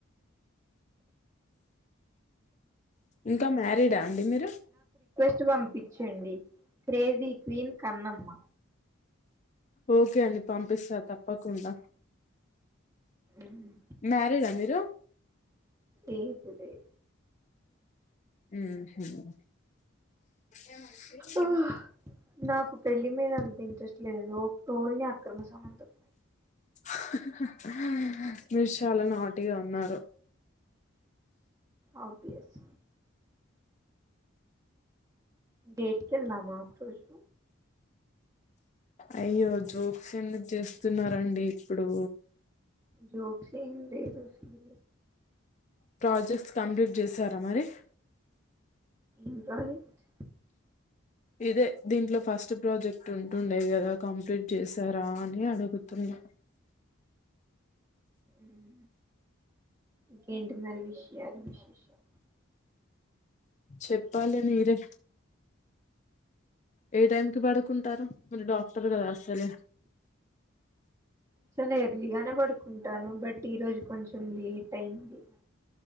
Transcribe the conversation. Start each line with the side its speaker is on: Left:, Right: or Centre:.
Left: ఇంకా మ్యారీడా అండి మీరు
Right: ట్ వంపించండి క్రేజీ క్వీన్ కన్నమ్మ
Left: ఓకే అండి పంపిస్తా తప్పకుండా
Right: ఉమ్,
Left: మ్యారీడ్ అండి ఏం
Right: ఏపుటే
Left: మ్మ్ హ్మ్ <inaudible>
Right: ఊహ్, నాకు పెళ్ళి మీద అంత ఇంట్రెస్ట్ లేదండి ఒ కొని అక్రమ సమందం
Left: ఆహ్ హ హ మీరు చాలా నాటిగా ఉన్నారు
Right: అబియస్ డేట్ కెల్దామా ఒక్కా రోజు
Left: అయ్యో జోక్స్ ఎందుకు చేస్తునారాండి ఇప్పుడు
Right: జోగ్సేమ్ ఏం లేదు అసలు
Left: ప్రాజెక్ట్స్ కంప్లీట్ చేసారా మరి
Right: ఇంకాలేట్
Left: ఇదే దీంట్లో ఫస్ట్ ప్రాజెక్ట్ ఉంటుండేవి కదా కంప్లీట్ చేసారా అని అడుగుతున్నా
Right: మ్ ఇంకేంటి మరి విషయాలు విశేషం
Left: చెప్పాలి మీరే ఏ టైమ్ కి పడుకుంటారు మీరు డాక్టర్ కదా అసలే
Right: చలెయ్ ఇలానే పడుకుంటాను బట్ ఈ రోజు కొంచెం లేట్ టైంది